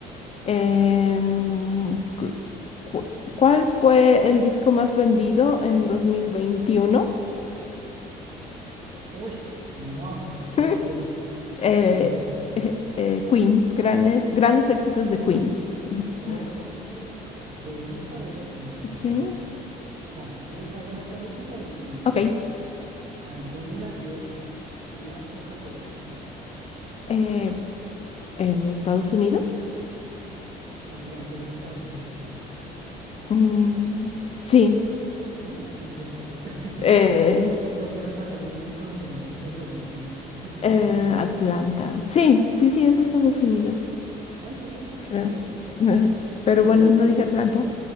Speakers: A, on the left; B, on the right.
A: Em, cu- cu- ¿cuál fue el disco más vendido en 2021?
B: Uy, no,
A: <laughs>
B: no, no sé,
A: Eh,
B: ni idea.
A: eh, eh, Queen, grandes, grandes éxitos de Queen.
B: Oh,
A: <laughs>
B: bueno saberlo. No, no, no sabía.
A: Sí,
B: Vale, si quieres hago esta última y, y
A: ok.
B: a ver, ¿dónde nació la Coca-Cola?
A: Eh, en Estados Unidos.
B: ¿Atlanta es de Estados Unidos?
A: Mm, sí,
B: Sí, sí, cierto. <laughs> Yo
A: eh,
B: creo que tengo que repasar mis conocimientos de geografía. <laughs>
A: eh, Atlanta. Sí, sí, sí, es Estados Unidos.
B: Ah, entonces sí,
A: creo.
B: está bien.
A: <laughs>
B: ¿Mm?
A: Pero
B: Bien.
A: bueno, no dije Atlanta.